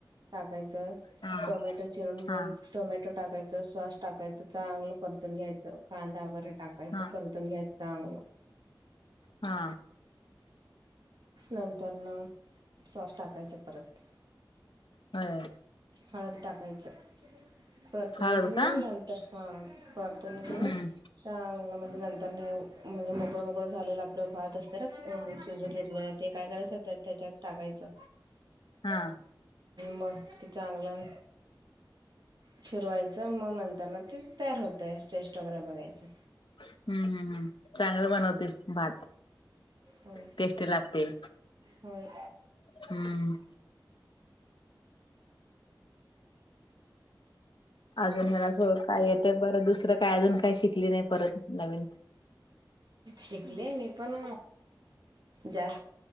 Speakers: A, on the right (about 65°); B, on the left (about 80°).
A: टाकायचं
B: हा
A: टोमॅटो चिरून घेऊन
B: हा
A: टोमॅटो टाकायचं सॉस टाकायचं चांगलं परतून घ्यायचं कांदा वगैरे टाकायचं
B: हा
A: परत ून घ्यायचंग <inaudible>
B: हा
A: नंतर न सॉस टाकायचा परत.
B: होय
A: हळद टाकायचं, परतून
B: हळद
A: घेऊन
B: का
A: नंतर हा परतून घेऊन
B: हम्म
A: चांगलं म्हणजे नंतर नाही म्हणजे मोकळं मोकळं झालेलं आपलं भात असत र घेतले, ते काय करायचं त्यात त्याच्यात टाकायचं
B: हा
A: मस् ते चांगलं फिरवायचं मग नंतर त्याना ते तयार होतय टेस्ट वगैरे बघायचं.
B: हम्म हम्म हम चांगले बनवते भात
A: होय
B: टेस्टी लागते.
A: होय.
B: हम्म अजून मला सों काय येते परत दुसरं काय अजून काही शिकली नाही परत नवीन
A: शिकले मी पण जास्त